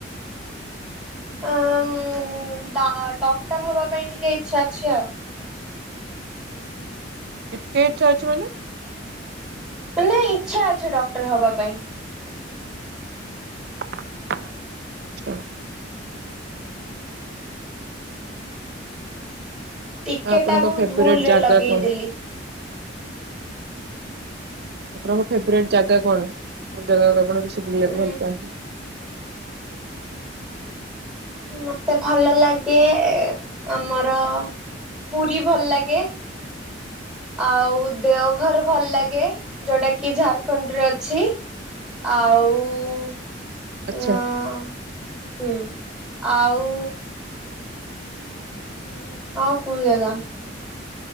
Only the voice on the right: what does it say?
କେତେ ଇଚ୍ଛା ଅଛି ମାନେ?
ଆଚ୍ଛା।
ଆପଣଙ୍କ
ଫେବରେଟ
ଜାଗା
କଣ? ଆପଣଙ୍କ ଫେବ୍ରାଇଟ୍ ଜାଗା କଣ କୋଉ ଜାଗାକୁ ଆପଣ ବେଶୀ ବୁଲିବାକୁ
ଭଲ ପାଆନ୍ତି?
ଆଛା